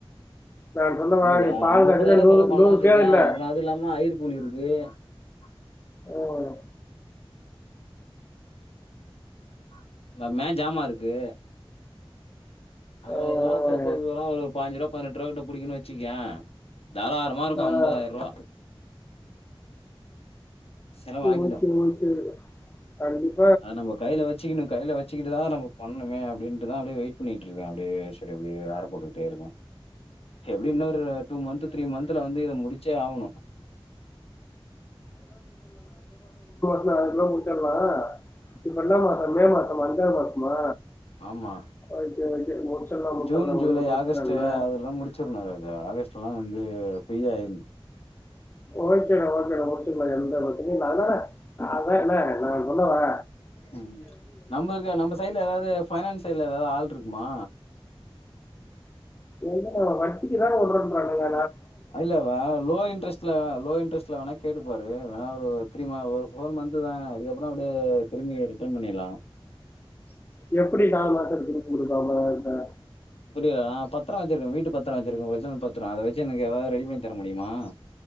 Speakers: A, on the left (about 25°); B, on the left (about 85°).
A: நான் சொன்னவா
B: புரிதா
A: நீ பால்
B: முப்பதாய்ருவா
A: காய்ச்சல நூறு
B: செலவு பண்ணனா
A: நூறு
B: வெச்சுக்க
A: பேர் இல்ல
B: அப்பறோ அது இல்லாம ஐயரு கூலியு இருக்கு <unintelligible>
A: ஆஹ்
B: <unintelligible> மே ஜாமா இருக்கு அப்பறோ
A: ஆஹ்
B: இதெல்லா சேத்து <unintelligible> ஒரு பாஞ்சுருவா, பதினெட்ருவா கிட்ட புடிக்குன் வெச்சுக்யே தாராரமா இருக்கு
A: ஆஹ்
B: அம்பதாய்ருவா செலவாகிடும்
A: ஓகே ஓகே கண்டிப்
B: அத நம்ம கைல வெச்சிக்கினு கைல வெச்சிக்கிட்டுதா நம்ம பண்ணுமே அப்டின்ட்டுதா அப்டியே வெயிட் பண்ணிட்ருக் கே அப்டியே செரி அப்டியே ஆற போட்டுக்கிட்டே இருக்கே எப்டி இன்னு ஒரு டூ மந்த்து த்ரீ மந்த்துல வந்து இத முடிச்சே ஆவனு
A: அண்ண அதுக்குள்ள முடிச்சர்லா இப்ப என்ன மாசோ, மே மாசமா அஞ்சாவ்து மாசமா
B: ஆமா
A: ஓகே ஓகே முடிச்சிடலாம் முடிச்சிடலாம்
B: ஜூன், ஜூலை,
A: ஒன்றும் பிரச்சனை
B: ஆகஸ்ட்டு
A: இல்லை
B: அதெல்லா முடிச்சர்னு ராஜா ஆகஸ்ட் எல்லா வந் து ஃப்ரீயா இர்ந்
A: ஓகேண்ணா ஓகேண்ணா முடிச்சிர்லா எந்த பிரச்சனயு இல்ல ஆனா அதா
B: ம்
A: என்ன நா சொல்ல வர
B: ம் நம்மள்க்கு நம்ம சைட்ல எதாவ்து ஃபைனான்ஸ் சைட்ல எதா ஆள்ருக்மா
A: எங்கண்ணா வட்டிக்குதாண்ண உட்றேன்றானுங்க
B: இல்லவா லோ இன்ட்ரெஸ்ட்ல லோ இன்ட்ரெஸ்ட்ல வேணா கேட்டு பாரு வேணா ஒரு த்ரீ ம ஒரு ஃபோர் மன்த்து தான அதுக்கப்பறோ அப்டியே திரும்பி ரிட்டர்ன் பண்ணிர்லா <unintelligible>
A: எப்டி நால் மாசத்துல திருப்பி குடுப்ப அம்பதாயிரத்த
B: <unintelligible> நா பத்தரோ வெச்சிருக்கே வீட்டு பத்தரோ வச்சிருக்கே ஒரிஜினல் பத்தரோ அத வெச் சு எனக்கு எதாத் ரெடி பண்ணி தர முடியுமா